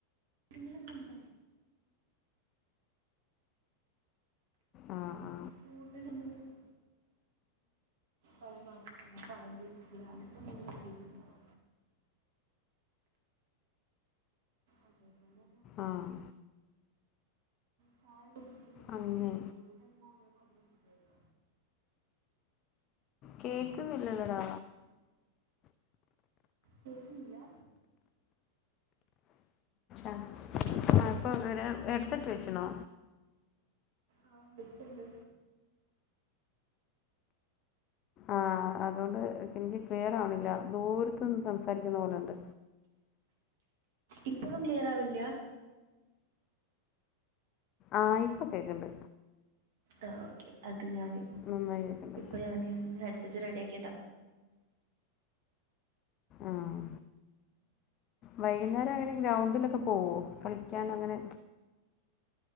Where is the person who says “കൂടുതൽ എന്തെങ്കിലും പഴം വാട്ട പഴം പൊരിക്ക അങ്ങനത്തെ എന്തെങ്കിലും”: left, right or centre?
Right